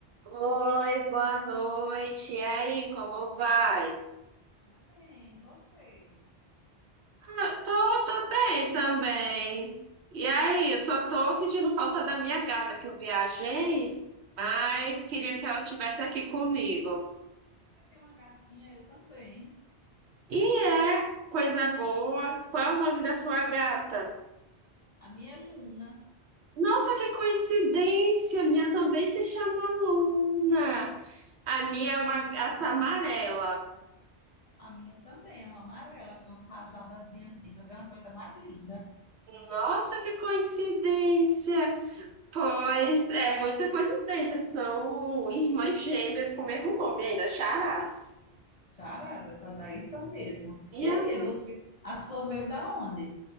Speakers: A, on the right (about 75°); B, on the left (about 60°).
A: Oi, boa noite. E aí,
B: Oh,
A: como
B: bom
A: vai?
B: dia. Tudo bem, e você?
A: Ah, tô, tô bem também. E aí, eu só tô sentindo falta da minha gata que eu viajei, mas
B: Ah,
A: queria que ela estivesse aqui comigo.
B: Você tem uma gatinha, eu também.
A: E é coisa boa. Qual é o nome da sua gata?
B: A minha é Luna.
A: Nossa, que coincidência! A minha também se chama Luna. A minha é uma gata amarela.
B: A minha também é uma amarela, tem umas rajadazinhas assim, mas é uma coisa mais linda.
A: Nossa, que coincidência! Pois é muita coincidência. São irmãs gêmeas com o mesmo nome ainda, Charás.
B: Charada, essas daí são mesmo.
A: Minha
B: E aí, é
A: nossa.
B: você, a sua veio da onde?